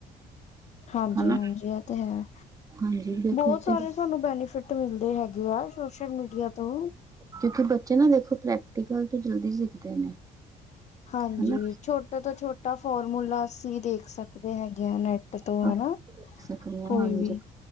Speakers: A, on the left (about 45°); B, on the right (about 20°).
A: ਹਾਂਜੀ,
B: ਹਨਾ
A: ਹਾਂਜੀ ਓ ਤੇ ਹੈ।
B: ਹਾਂਜੀ ਦੇਖੋ
A: ਬੋਤ
B: ਇੱਕ
A: ਸਾਰੇ
B: ਤੇ
A: ਸਾਨੂੰ ਬੈਨੀਫਿੱਟ ਮਿਲਦੇ ਹੈਗੇ ਆ ਸੋਸ਼ਲ- ਮੀਡੀਆ ਤੋਂ।
B: ਕਿਉਂਕਿ ਬੱਚੇ ਨਾ ਦੇਖੋ ਪ੍ਰੈਕਟੀਕਲ ਤੋਂ ਜਲਦੀ ਸਿੱਖਦੇ ਨੇ।
A: ਹਾਂਜੀ
B: ਹਨਾ
A: ਛੋਟੇ ਤੋਂ ਛੋਟਾ ਫੋਰਮੂਲਾ ਅਸੀਂ ਦੇਖ ਸਕ ਦੇ ਹੈਗੇ ਆ ਨੈਟ ਤੋਂ
B: ਕਾਫੀ
A: ਹਨਾ
B: ਸਕਨੇ ਹਾਂ
A: ਕੋਈ
B: ਹਾਂਜੀ
A: ਵੀ।